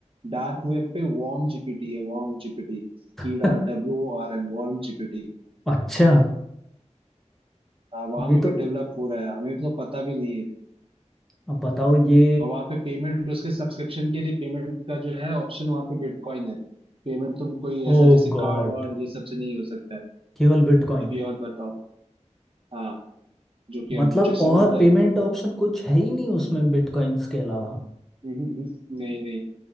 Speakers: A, on the right; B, in the centre.
A: डार्क वेब पे वॉर्म जीपीटी है वॉर्म जीपीटी कीड़ा
B: <laughs>
A: W R M worm GPT
B: अच्छा
A: वहां
B: ये
A: पे
B: तो
A: भी डेवलप हो रहा है हमें तो पता भी नहीं है
B: अब बताओ ये
A: और वहां पे पेमेंट उसके सब्सक्रिप्शन के लिए पेमेंट का जो है ऑप्शन वहां पे बिटकॉइन है पेमेंट तुम कोई
B: ओ
A: ऐसा जैसे
B: गॉड
A: कार्ड वार्ड ये सब से नहीं हो सकता है
B: केवल बिटकॉइन
A: अभी और बताओ हाँ जो कि
B: मतलब
A: अनट्रेसेबल
B: और
A: है
B: पेमेंट ऑप्शन कुछ है ही नहीं उसमें बिटकॉइंस के अलावा
A: <laughs> नहीं नहीं